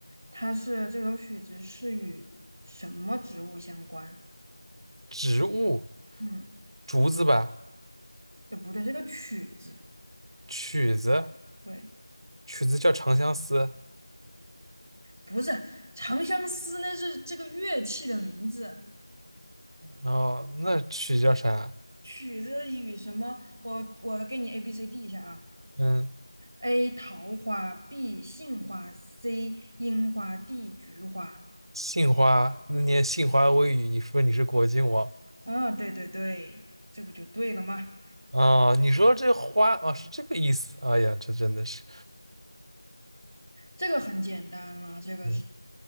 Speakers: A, on the right (about 25°); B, on the right (about 80°).
A: 它是这首曲子是与什么植物相关？
B: 植物，
A: 嗯，
B: 竹子吧，
A: 呃，不对，这个曲子，
B: 曲子，
A: 对，
B: 曲子叫长相思，
A: 不是《长相思》，那是这个乐器的名字。
B: 然后那曲叫啥？
A: 曲子与什么？我我给你 A B C D 一下啊
B: 嗯，
A: ，A 桃花，B 杏花，C 樱花，D 菊花。
B: 杏花，那年杏花微雨，你说你是果郡王。”
A: 啊，对对对，这不就对了吗？
B: 啊，你说这花啊，是这个意思。哎呀，这真的是，
A: 这个很简单了，这个是，
B: 嗯，